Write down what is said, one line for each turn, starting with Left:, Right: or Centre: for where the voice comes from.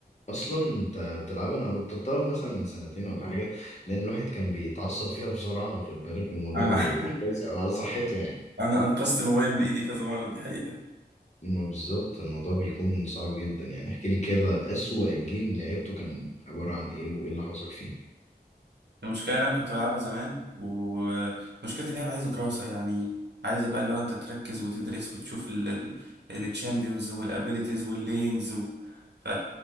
Left: اصلا انت بتلعبها انا بطلتها مثلا من سنتين ولا حاجه لان الواحد كان بيتعصب فيها بسرعه واخد بالك والموضوع
Right: انا
Left: ما
Right: <laughs>
Left: بيبقاش كويس أوي على صحته يعني
Right: انا انقذت الموبايل من ايدي كذا مره دي حقيقه
Left: ما بالظبط الموضوع بيكون صعب جدا يعني احكي لي كده اسوأ جيم لعبته كان عباره عن ايه وايه اللي حصل فيه
Right: المشكله إن انا كنت بلعبها زمان ومشكله اللعبه عايزه دراسه يعني عايزه بقى اللي هو انت تركز وتدرس وتشوف الشامبيونز والابيليتيز واللينز و... ف